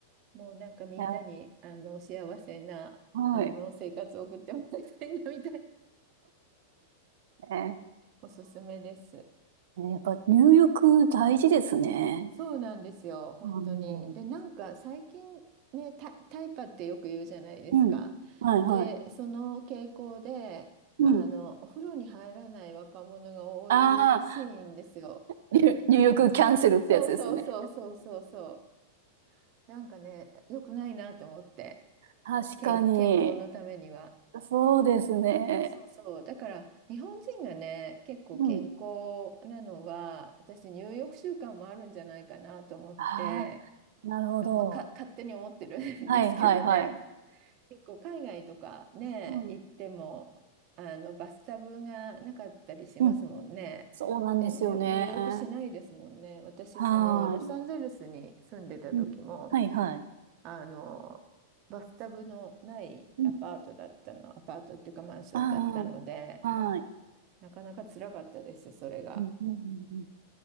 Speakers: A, on the right; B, on the right.
A: もうなんかみんなにあの幸せなあの生活を送ってもらいたいなみたい
B: いやはい。えー、
A: おすすめです。
B: ねやっぱ入浴大事ですね。
A: そうなんですよ、本当に。
B: あの、
A: で、なんか最近ね、タ、タイパってよく言うじゃないですか。
B: うん。はいはい。
A: で、その傾向で、
B: うん。
A: あの、お風呂に入らない若者が多いらしいんですよ。
B: ああ、入入浴キャンセルってやつですね。
A: そうそうそうそうそうそう。なんかね、良くないなと思って、
B: 確かに。
A: 健、健康のためには。
B: そうですね。
A: そうそう。だから、日本人がね、結構健康なのは、
B: うん、うん。
A: 私、入浴習慣もあるんじゃないかなと思って、
B: ああ、なるほど。
A: まあ、か、勝手に思ってる <laughs> んですけどね、
B: はい、はい、はい。
A: 結構海外とかね、
B: うん。
A: 行っても、あの、バスタブがなかったりしますもんね。
B: うん。そうなんですよね。
A: で、入、入浴しないですもんね。
B: は
A: 私、
B: ーい。
A: その、ロサンゼルスに住んでた時も、
B: うん。はい、はい。
A: あの、バスタブのないアパートだったの、
B: うん。
A: アパートっていうかマンションだったので、
B: ああ、はい。
A: なかなか辛かったです、それが。
B: うん、うん、うんうん。